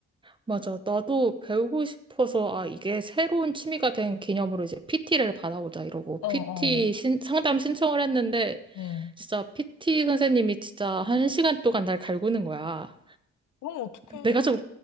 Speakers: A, on the right; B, on the left.
A: 맞아. 나도 배우고 싶어서, 아, 이게 새로운 취미가 된 기념으로 이제 PT를 받아보자, 이러고.
B: 어,
A: PT
B: 어,
A: 신, 상담 신청을 했는데,
B: 응.
A: 진짜 PT 선생님이 진짜 한 시간 동안 날 갈구는 거야.
B: 그럼 어떡해.
A: 내가 좀